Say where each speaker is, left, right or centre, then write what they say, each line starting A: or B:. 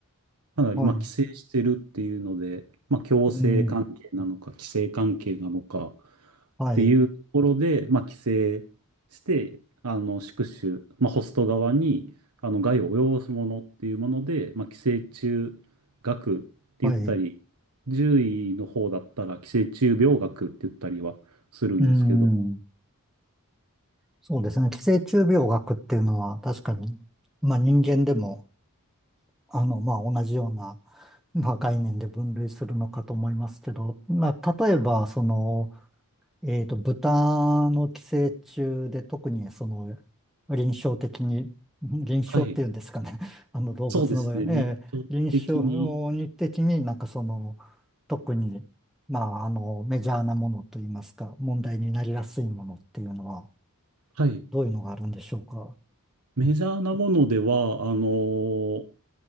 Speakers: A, on the right; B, in the centre.
A: かなり、
B: はい。
A: まあ、規制してるっていうので、まあ、強制関係なのか、
B: うん、
A: 規制関係なのかっ
B: はい、
A: ていうところで、まあ、規制して、あの、宿主、まあ、ホスト側に、あの、害を及ぼすものっていうもので、まあ、寄生虫学って言ったり、
B: はい。
A: 獣医の方だったら寄生虫病学って言ったりはするんですけど、
B: うん、そうですね。寄生虫病学っていうのは確かに、まあ人間でも、あの、まあ同じようなまあ、概念で分類するのかと思いますけど、まあ、例えば、その、えっと、豚の寄生虫で特に、その、臨床的に、ん臨床っていうんですかね、
A: はい。
B: <laughs> あの動物の場合、
A: そうですね。日常的に、
B: えー臨床に的になんかその、特に、まあ、あの、メジャーなものといいますか、問題になりやすいものっていうのは、
A: はい。
B: どういうのがあるんでしょうか。
A: メジャーなものでは、
B: ね
A: あの